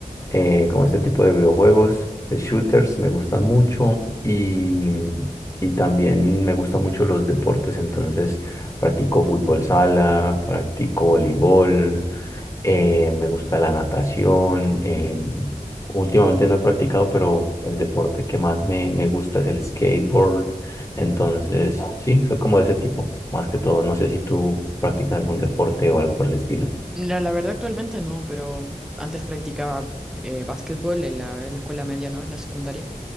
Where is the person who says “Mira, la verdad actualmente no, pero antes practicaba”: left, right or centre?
Centre